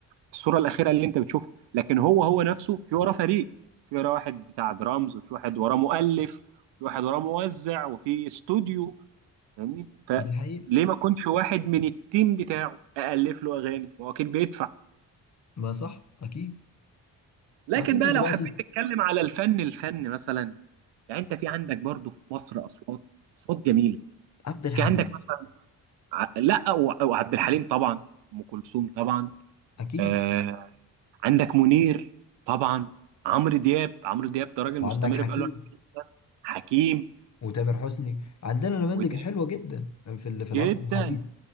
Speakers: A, on the right; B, on the left.
A: الصوره الاخيره اللي انت بتشوفها لكن هو هو نفسه في وراه فريق في وراه واحد بتاع درامز وفي واحد وراه مؤلف وفي واحد وراه موزع وفي استوديو فاهمني فليه
B: دي حقيقة
A: ما يكونش واحد من التيم بتاعه الف له اغاني هو اكيد بيدفع
B: ما صح اكيد
A: لكن
B: بس انت
A: بقى لو
B: دلوقتي
A: حبيت تتكلم على الفن الفن مثلا يعني انت في عندك برضو في مصر اصوات اصوات جميله
B: عبد الحليم
A: في عندك مثلا ع- لا و- وعبد الحليم طبعا ام كلثوم طبعا
B: اكيد
A: آه، عندك منير طبعا عمرو دياب عمرو دياب ده راجل
B: وعندك
A: مستمر
B: حكيم
A: بقاله 40 سنه حكيم
B: وتامر حسني عندنا نماذج
A: وتاب
B: حلوه جدا في ال- في العصر
A: جدا
B: الحديث